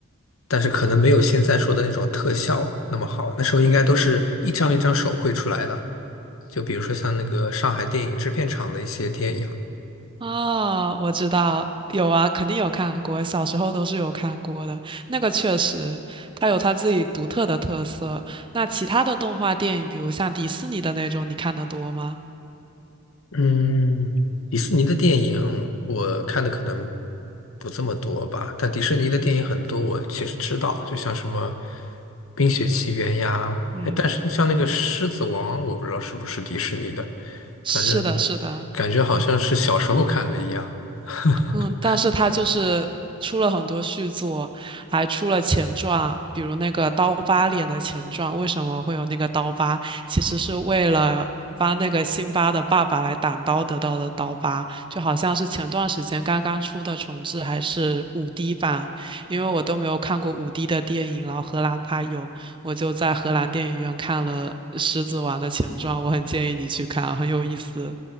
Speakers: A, on the left; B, on the right.
A: 但是可能没有现在说的那种特效那么好，那时候应该都是一张一张手绘出来的。就比如说像那个上海电影制片厂的一些电影。
B: 哦，我知道，有啊，肯定有看过，小时候都是有看过的。那个确实，它有它自己独特的特色。那其他的动画电影，比如像迪士尼的那种，你看得多吗？
A: 嗯，迪士尼的电影我看的可能不这么多吧，但迪士尼的电影很多，我其实知道，就像什么《冰雪奇缘》呀，
B: 嗯，
A: 哎，但是像那个《狮子王》，我不知道是不是迪士尼的，
B: 是的，
A: 反正呃感觉好像是小时候看的一样。
B: 是的，嗯。
A: <laughs>
B: 嗯，但是他就是出了很多续作，还出了前传，比如那个刀疤脸的前传，为什么会有那个刀疤？其实是为了帮那个辛巴的爸爸来挡刀得到的刀疤，就好像是前段时间刚刚出的重制还是五 d 版，因为我都没有看过五 d 的电影，然后荷兰它有，我就在荷兰电影院看了《狮子王》的前传，我很建议你去看，很有意思。